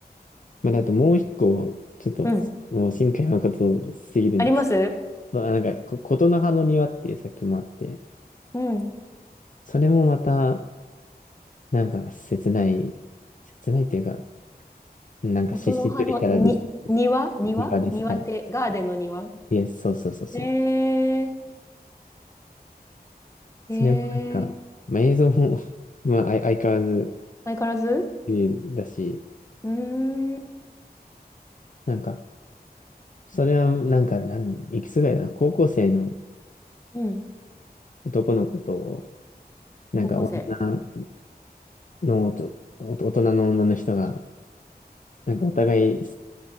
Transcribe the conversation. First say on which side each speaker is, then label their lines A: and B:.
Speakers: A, on the left; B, on the left.
A: まあ、だともう一個、ちょっと、
B: うん。
A: もう新海誠すぎるんです。
B: あります
A: そうあ、なんか、こ、ことの葉の庭っていう作品もあって、
B: うん。
A: それもまた、なんか、切ない、切ないというか、なんか、
B: 音の葉のに、
A: しっしりとしたラブストー
B: 庭庭庭って、
A: リーです。はい。
B: ガーデンの庭
A: いや、そうそうそうそう。
B: えー、えー、
A: それもなんか、まあ、映像も <laughs> まあ、相相変わらず
B: 相変わらず
A: 綺麗だし、
B: うーん、
A: なんか、それはなんか、なん、いくつぐらいだな、高校生の
B: うん、
A: 男の子と、なんか女
B: 高校生。
A: のおと、おと大人の女の人が、なんかお互い、